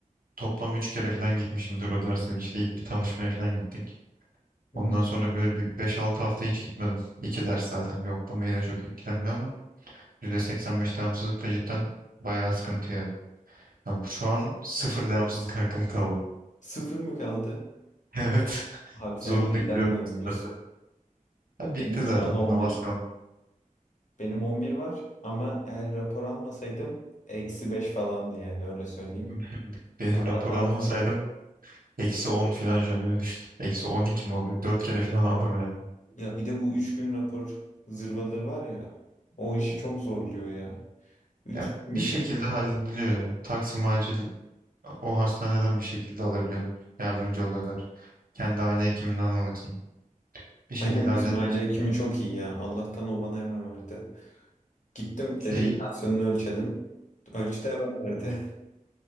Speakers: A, on the right; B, on the left.
A: toplam üç kere falan gitmişimdir o derse. İşte ilk bir tanışmaya falan gittik.
B: Hı.
A: Ondan sonra böyle bir beş altı hafta hiç gitmedim. İki ders zaten yoklamayı da çok etkilemiyor ama. %85 devamsızlık da cidden bayağı sıkıntı ya. Ha, bu- şu an sıfır devamsızlık hakkım kaldı.
B: Sıfır mı kaldı?
A: <laughs> Evet.
B: Abi sen
A: Zorunda
B: kıyıdan
A: gidiyorum
B: dönmüyorsun.
A: bütün derslere. Ha,
B: Benim
A: bitti zaten.
B: şu an on
A: Namaz
B: bir.
A: kaldı.
B: Benim 11 var ama eğer rapor almasaydım eksi 5 falandı yani öyle söyleyeyim.
A: <laughs> Benim
B: Allah'tan
A: rapor almasaydım
B: rapor aldım.
A: eksi 10 falan şu an öyle düşün. <laughs> Eksi 12 mi oluyor? 4 kere falan aldım herhalde.
B: Ya bir de bu 3 gün rapor zırvalığı var ya o işi çok zorluyor ya. 3
A: Ya
B: günmüş.
A: bir şekilde hallediliyor ya. Taksim acil o hastaneden bir şekilde alabiliyorsun. Yardımcı oluyorlar. Kendi aile hekiminden alırsın. Bir şekilde
B: Aynen
A: halledersin.
B: bizim aile hekimi çok iyi ya. Allah'tan o bana hemen verdi. Gittim
A: Şey
B: dedi bir tansiyonunu ölçelim. Ölçtü hemen verdi. <laughs>